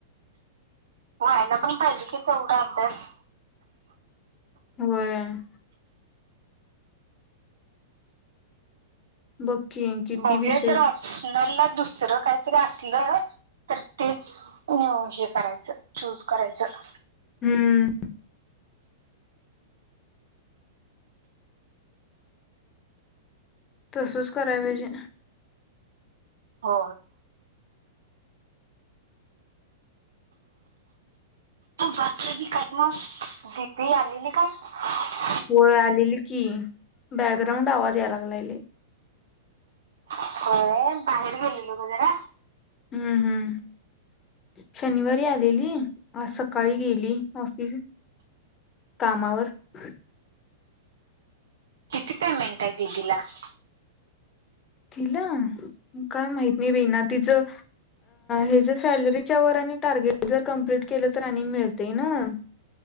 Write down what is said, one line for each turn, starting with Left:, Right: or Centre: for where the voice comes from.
Right: व्हायला पण पाहिजे कि तेवढा अभ्यास
Left: व्हय बघ की किती
Right: बघूया
Left: विषय
Right: जर ऑप्शनल ना दुसरं काहीतरी असलं तर तेच नू हे करायचं चूज करायचं
Left: हम्म तसच कराय पाहिजे
Right: हो तू बाकीली काय मग दिदी आलेली काय
Left: होय आलेली की बॅकग्राउंड आवाज याय लागलाय
Right: व्हय बाहेर गेलेलो ग जरा
Left: हम्म हम्म शनिवारी आलेली आज सकाळी गेली ऑफिस कामावर <unintelligible>
Right: किती कालं हाय <unintelligible>
Left: तिला काय माहत नाही बे ना तिचं हच सॅलरीच्या वर आणि टार्गेट जर कंपलीट केलं तर आणि मिळते ना